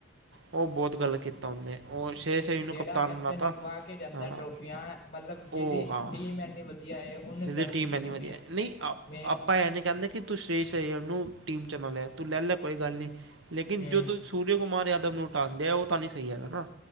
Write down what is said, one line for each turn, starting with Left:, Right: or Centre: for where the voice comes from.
Right: ਉਹ ਬਹੁਤ ਗਲਤ ਕੀਤਾ ਉਹਨੇ, ਉਹ ਛੇ ਸਹੀ ਨੂੰ
Left: ਜਿਹੜਾ
Right: ਕਪਤਾਨ
Left: ਕੈਪਟਨ
Right: ਲਾ ਤਾ
Left: ਜਿਤਵਾ ਕੇ ਜਾਂਦਾ
Right: ਹਾਂ।
Left: ਟਰੋਫੀਆਂ ਮਤਲਬ ਜਿਹਦੀ
Right: ਉਹ ਹਾਂ
Left: ਟੀਮ ਇੰਨੀ ਵਧੀਆ ਹੈ ਉਹਨੂੰ
Right: ਇਹਦੀ
Left: ਕੱਢ
Right: ਟੀਮ
Left: ਦਿੰਦੇ
Right: ਐਨੀ
Left: ਨੇ
Right: ਵਧੀਆ,
Left: ਮੇਨ
Right: ਨਹੀਂ ਅ
Left: ਮੇਨ
Right: ਆਪਾਂ ਇਹ ਨੀ ਕਹਿੰਦੇ ਕਿ ਤੂੰ ਸੁਰੇਸ਼ ਅਈਅਰ ਨੂੰ ਟੀਮ ਚ ਨਾ ਲੈ ਤੂੰ ਲੈਲਾ ਕੋਈ ਗੱਲ ਨੀ, ਲੇਕਿਨ
Left: ਹੂੰ
Right: ਜੋ ਤੂੰ ਸੂਰਿਆ ਕੁਮਾਰ ਯਾਦਵ ਨੂੰ ਹਟਾਦੇ ਦਿਆ, ਉਹ ਤਾਂ ਨੀ ਸਹੀ ਹੈਗਾ ਨਾ।